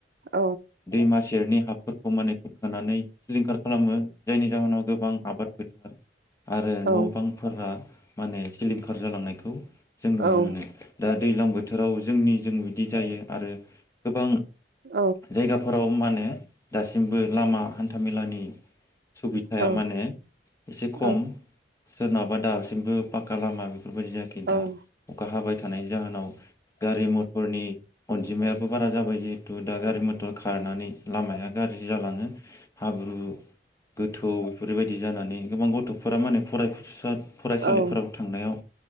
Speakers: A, on the right; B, on the left.
A: औ
B: दैमा सेरनि हाब फोरखौ माने खुरखानानै सिलिंखार खालामो जायनि जाहोनाव गोबां आबाद फोथार आरो
A: नंगौ
B: न' बांफोरा माने सिलिंखार जालांनायखौ जों नुनो
A: औ
B: मोनो। दा दैलां बोथोराव जोंनि जों बिदि जायो आरो गोबां
A: औ
B: जायगाफोराव मा ने दासिमबो लामा हान था मेलानि सुबिधाया
A: औ
B: माने एसे
A: औ
B: खम। सोरनावबा दा सिमबो पाका लामा बेफोरबायदि जायाखै दा
A: औ
B: अखा हाबाय थानायनि जाहोनाव गारि मथरनि अनजिमायाबो बारा जाबाय जिहेथु दा गारि मथर खारनानै लामाया गाज्रि जालाङो। हाब्रु गो थौ बेफोरबायदि जानानै गोबां गथफोरा माने फराय फसा फरायसालिफोराव
A: औ
B: थांनायाव